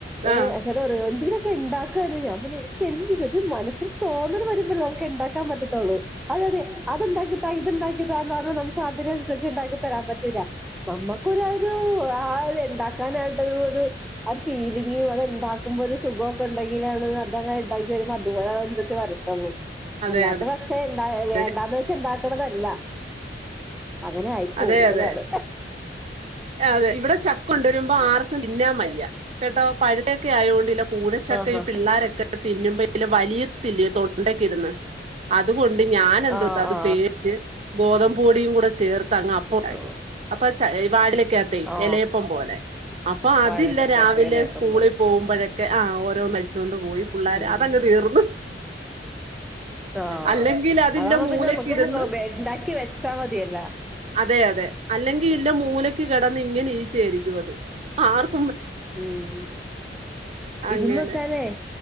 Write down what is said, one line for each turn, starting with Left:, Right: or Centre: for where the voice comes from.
Centre: ഏ
Right: ആഹ്
Centre: ചേട്ടൻ പറയും എന്തിനാ ഇണ്ടാക്കാ ഞാൻ പർഞ്ഞ്എനിക്കെന്റെ ഒരു മനസ്സിൽ തോന്നൽ വരുംമ്പളല്ലേ ഇതൊക്കെ ഇണ്ടാക്കാൻ പറ്റതൊ അതെ അതെ അത്ണ്ടാക്കി താ ഇത്ണ്ടാക്കിതാ എന്നാലും നമ്ക്ക് താൽപര്യംമനുസരിച്ച് ഇണ്ടാക്കി തരാൻ പറ്റ ന്നമ്മക്കാരൊരു ആരുത് ഉണ്ടാക്കാനായിട്ടുള്ളൊരു ആ ഒരു ഫീലിംഗ് അത്ണ്ടാക്ക്മ്പോ ഒരു സുഖക്കെ ഉണ്ടെങ്കിലാണ് അതങ്ങനെ ഇണ്ടാക്കി വര്മ്പം അതുപോലെ അൻസര്ജ് വരത്തൊള്ളൂ അല്ലാതെ
Right: അതെ
Centre: പക്ഷേ
Right: അതെ
Centre: വേണ്ടാന്ന് വെച്ച് ഇണ്ടാക്ക്ണതല്ല അങ്ങനെ ആയി പോകുന്നതാണ്
Right: അതെ അതെ അതെ ഇവിടെ ചക്കൊണ്ടരുമ്പം ആർക്കും തിന്നാൻ മയ്യ കേട്ടോ പഴ്ത്ത ആയോണ്ടില കൂഴചക്കെ
Centre: ആഹാ
Right: ഈ പിള്ളാരൊക്കെ തിന്നുമ്പഴേ വലിയതില്ലേ തൊണ്ടക്കെരുന്ന് അത് ഉണ്ട് ഞൻ എന്തോട്ടാത്
Centre: ആ ആ
Right: പേയ്ച്ച് ഗോതമ്പൊടിയും കൂടെ ചേർത്ത് അങ്ങ അപ്പൊൻട്ടാക്കി
Centre: ആ
Right: അപ്പൊ ച്ച വാടിലെ ലയ്കത്തെ
Centre: ആ
Right: എലയപ്പം പോലെ അപ്പൊ അതില്ല
Centre: വാഴയിലക്കകത്ത്
Right: രാവിലെ
Centre: ഇലയപ്പം
Right: സ്കൂളിൽ
Centre: പോലെ
Right: പോകുമ്പോഴ ആഹ ഓരോ മൽചോണ്ട് പോയി പിള്ളാര്
Centre: ഉം
Right: അതങ് തീർന്ന്
Centre: ആഹാ
Right: അല്ലെങ്കിൽ അതില്ല
Centre: അതാവുമ്പം
Right: മൂലക്കിരുന്ന്
Centre: പിന്നെ ന്നമക്കും ഇണ്ടാക്കി വെച്ചാമതിയല്ലാ
Right: അതെ അതെ അല്ലെങ്കി ഇല്ല മൂലക്ക് കെടന്ന് ഇങ്ങനെ ഈഴ്ച്ചയെരിക്കും അത് ആർക്
Centre: ഉം
Right: അങ്ങനെ
Centre: ഇത്‌ന്ന് വെച്ചാലേ